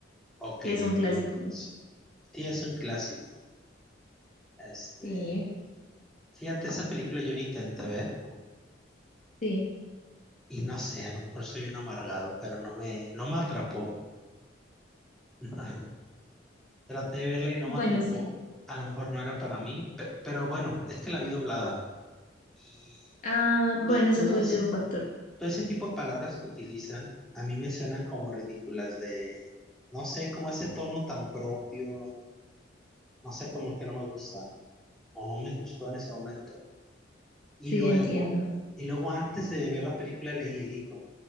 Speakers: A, in the centre; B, on the left.
A: Ok,
B: que es un
A: Orgullo
B: clásico.
A: y Prejuicio. Sí, es un clásico. Este,
B: Sí,
A: fíjate, esa película yo la intenté ver.
B: sí.
A: Y no sé, a lo mejor soy un amargado, pero no me, no me atrapó. <laughs> Traté de verla y no
B: Bueno,
A: me atrapó.
B: sí.
A: A lo mejor no era para mí, pe- pero bueno, es que la vi doblada. Y
B: Ah, bueno,
A: to- todo
B: eso puede
A: ese,
B: ser un factor.
A: todo ese tipo de palabras que utilizan a mí me suenan como ridículas de, no sé, como ese tono tan propio, no sé, como que no me gusta o no me gustó en ese momento. Y
B: Sí,
A: luego,
B: entiendo.
A: y luego antes de ver la película leí el libro.